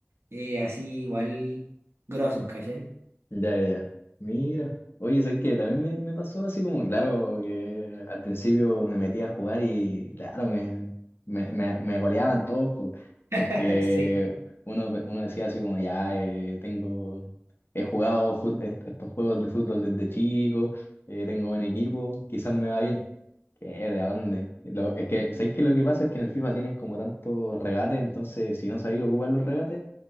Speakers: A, on the right; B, on the left.
A: eh, así igual grosos, ¿cachai?
B: Ya, ya. Mira. Oye, ¿sabes qué? También me, me pasó así como, claro, que al principio me metí a jugar y, claro, me, me, me, me goleaban todos, po,
A: <laughs>
B: porque
A: Sí,
B: uno, uno decía así como, ya, eh, tengo, he jugado fut- est- estos juegos de fútbol desde chico, eh, tengo buen equipo, quizás me va bien. ¿Qué? ¿De dónde? Lo- es que, ¿sabes qué? Lo que pasa es que en el FIFA tienen como tantos regates, entonces si no sabéis ocupar los regates,